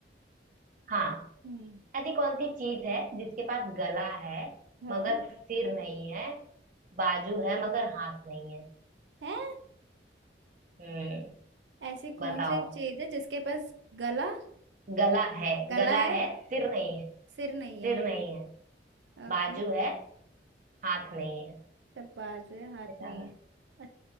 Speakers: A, on the right; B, on the right.
A: हाँ
B: हम्म
A: ऐसी कौन सी चीज है जिसके पास गला है
B: हाँ
A: मगर सिर नहीं है बाजू है मगर हाथ नहीं है
B: है?
A: हम्म
B: ऐसी कौन
A: बताओ
B: सी चीज है जिसके पास गला
A: गला है
B: गला
A: गला
B: है
A: है सिर नहीं है
B: सिर नहीं है
A: सिर नहीं है
B: ओके
A: बाजू है हाथ नहीं है
B: सब बाजू है हाथ
A: बेचारा
B: नहीं है अ-